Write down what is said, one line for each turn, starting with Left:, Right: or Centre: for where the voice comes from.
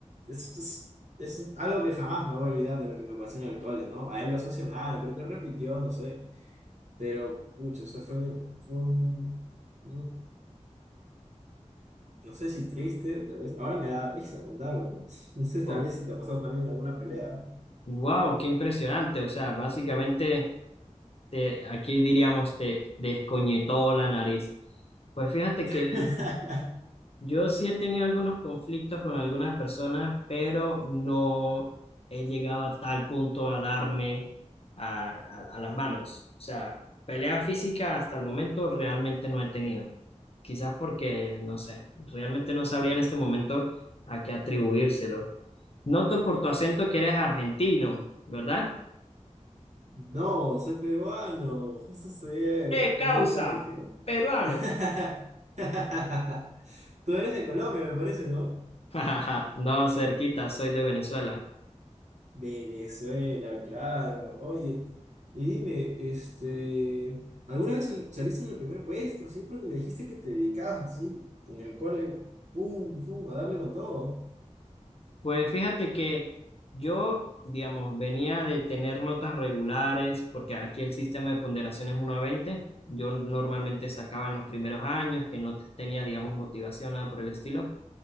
Right: es, es- es algo que jamás me voy a olvidar de lo que me pasó en el cole, ¿no? A él lo sancionaron, creo que repitió, no sé, pero, pucha, o sea, fue un, fue un- un- no sé si triste, tal vez, ahora me da risa contarlo, ¿no? <laughs> No sé, tal
Left: Oh,
Right: vez si te ha pasado también alguna pelea.
Left: wow, qué impresionante. O sea, básicamente te, aquí diríamos te descoñetó la nariz. Pues fíjate
Right: <laughs>
Left: que Yo sí he tenido algunos conflictos con algunas personas, pero no he llegado a tal punto a darme a, a- a las manos. O sea, pelea física hasta el momento realmente no he tenido. Quizás porque, no sé, realmente no sabría en este momento a qué atribuírselo. Noto por tu acento que eres argentino, ¿verdad?
Right: No, soy peruano, justo estudié
Left: <laughs> ¡Eh, causa!
Right: en un colegio.
Left: Peruano.
Right: <laughs> Tú eres de Colombia, me parece, ¿no?
Left: <laughs> No, cerquita, soy de Venezuela.
Right: Venezuela, claro. Oye, y dime, este, ¿alguna vez sal- saliste en el primer puesto? Sí, porque me dijiste que te dedicabas así, en el cole, pum, pum, a darle con todo.
Left: Pues fíjate que yo, digamos, venía de tener notas regulares, porque aquí el sistema de ponderación es uno a 20. Yo normalmente sacaba en los primeros años, que no te- tenía, digamos, motivación, nada por el estilo,